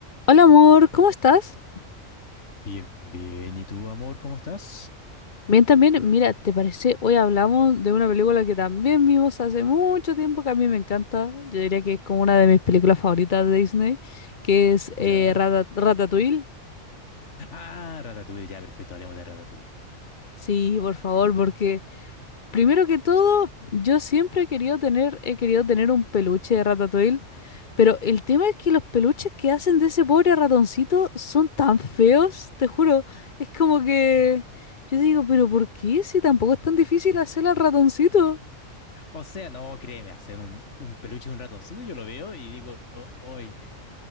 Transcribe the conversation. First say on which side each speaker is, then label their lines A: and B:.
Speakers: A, on the left; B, on the left.
A: Hola amor, ¿cómo estás?
B: Bien, bien. ¿Y tú, amor, cómo estás?
A: Bien también, mira, ¿te parece? Hoy hablamos de una película que también vimos hace mucho tiempo, que a mí me encanta. Yo diría que es como una de mis películas favoritas de Disney, que es eh,
B: ¿Ya?
A: Rata- Ratatouille.
B: Ah, Ratatouille, ya, perfecto, hablemos de Ratatouille.
A: Sí, por favor, porque primero que todo, yo siempre he querido tener, he querido tener un peluche de Ratatouille. Pero el tema es que los peluches que hacen de ese pobre ratoncito son tan feos, te juro. Es como que yo digo, pero ¿por qué? Si tampoco es tan difícil hacer al ratoncito.
B: O sea, no, créeme, hacer un, un peluche de un ratoncito, yo lo veo y digo, "O- oye, eh,